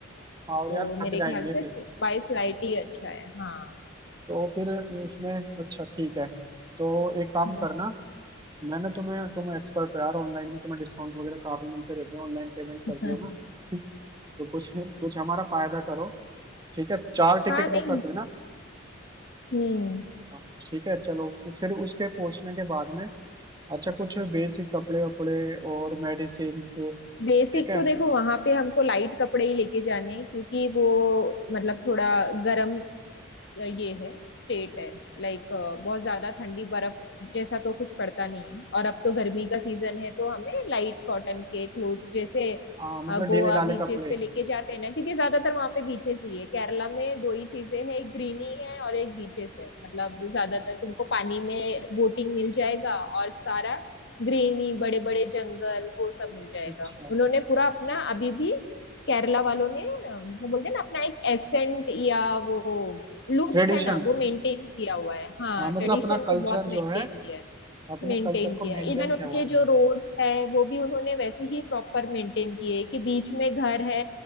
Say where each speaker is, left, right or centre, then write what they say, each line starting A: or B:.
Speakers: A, on the right (about 20°); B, on the left (about 55°).
A: हाँ और
B: तो
A: यार थक
B: मेरे
A: जाएंगे
B: ख्याल से
A: फिर
B: बाई फ्लाइट ही अच्छा है हाँ
A: तो फिर उसमें अच्छा ठीक है तो एक काम
B: हम्म
A: करना मैंने तुम्हें तुम एक्सपर्ट हो यार ऑनलाइन में तुम्हें डिस्काउंट वगैरह काफी मिलते रहते हैं ऑनलाइन पेमेंट करती
B: <laughs>
A: हो ना <laughs> तो कुछ कुछ हमारा फायदा करो ठीक है चार टिकट
B: हाँ
A: बुक
B: नहीं
A: कर देना
B: हम्म
A: हाँ, ठीक है चलो फिर उसके पहुंचने के बाद में अच्छा कुछ बेसिक कपड़े वपड़े और मेडिसिन ठीक
B: बेसिक
A: है
B: तो देखो वहां पे हमको लाइट कपड़े ही लेके जाने हैं, क्योंकि वो मतलब थोड़ा गर्म ये है स्टेट है लाइक बहुत ज्यादा ठंडी बर्फ जैसा तो कुछ पड़ता नहीं है और अब तो गर्मी का सीजन है तो हमें लाइट कॉटन के क्लोथ्स जैसे
A: हाँ मतलब
B: अ,
A: ढीले
B: गोवा
A: ढाले
B: बीचेस
A: कपड़े
B: पे लेके जाते हैं ना क्योंकि ज्यादातर वहां पे बीचेस ही है केरला में दो ही चीजें हैं एक ग्रीनी है और एक बीचेस है मतलब ज्यादातर तुमको पानी में बोटिंग मिल जाएगा और सारा ग्रीनी बड़े बड़े जंगल वो सब मिल जाएगा
A: अच्छा
B: उन्होंने पूरा अपना अभी भी केरला वालों ने अ, मतलब बोलते हैं ना अपना एक एसेंट या वो लुक
A: ट्रेडिशन
B: है ना वो मेंटेन किया हुआ है हाँ
A: हाँ मतलब
B: ट्रेडिशन
A: अपना
B: को
A: कल्चर
B: बहुत मेंटेन
A: जो है
B: किया है
A: अपने
B: मेंटेन
A: कल्चर को
B: किया
A: मेंटेन
B: इवन उनके
A: किया हुआ है
B: जो रोड्स है वो भी उन्होंने वैसे ही प्रॉपर मेंटेन किए कि बीच में घर है